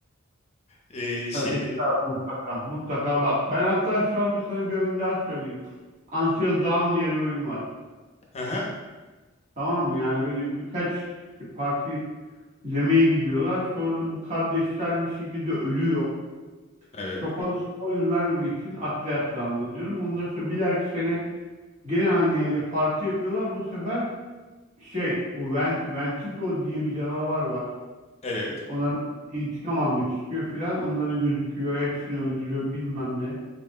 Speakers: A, on the left; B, on the right.
A: Ee, şeyde.
B: Evet, Ekin abi mutlaka. Mutlaka bak. Ben hatta şu anda sana bir oyun daha söyleyeyim. Until Dawn diye bir oyun var.
A: Aha.
B: Tamam mı? Yani böyle birkaç parti Yemeğe gidiyorlar. Sonra da bu kardeşler bir şekilde ölüyor.
A: Evet.
B: Çok fazla spoiler vermemek için atlı atlı anlatıyorum. Ondan sonra bir dahaki sene gene aynı yerde parti yapıyorlar. Bu sefer şey bu Ven Ventico diye bir canavar var.
A: Evet.
B: Onlar intikam almak istiyor filan. Onları gözüküyor. Hepsini öldürüyor bilmem ne.